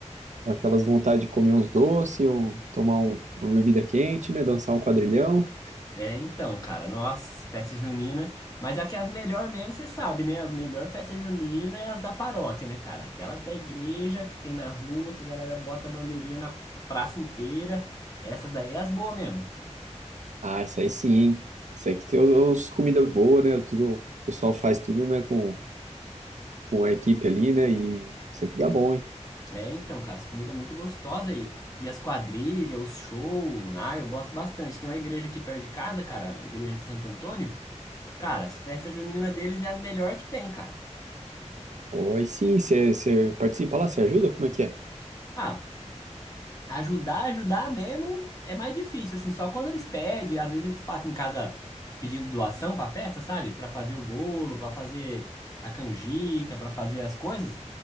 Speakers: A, on the right; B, on the left.
A: Aquelas vontade de comer uns doces, ou tomar um- uma bebida quente, né? Dançar um quadrilhão.
B: É, então, cara, nossa, festa junina. Mas é que as melhores mesmo, você sabe, né? As melhores festas juninas é as da paróquia, né, cara? Aquelas da igreja que tem na rua, que a galera bota bandeirinha na praça inteira. Essas daí é as boas mesmo.
A: Ah, isso aí sim, hein? Isso aí que tem os, os comida boa, né? Tudo, o pessoal faz tudo, né? Com, com a equipe ali, né? E sempre dá bom, hein?
B: É, então, cara, as comidas muito gostosas aí. E as quadrilhas, os shows, ah, eu gosto bastante. Tem uma igreja aqui perto de casa, cara, a igreja de Santo Antônio. Cara, as festas juninas deles é as melhores que tem, cara.
A: Oi, sim, você participa lá, você ajuda? Como é que é?
B: Ah. Ajudar, ajudar mesmo é mais difícil, assim, só quando eles pedem, às vezes eles passam em casa pedindo doação pra festa, sabe? Pra fazer o bolo, pra fazer a canjica, pra fazer as coisas.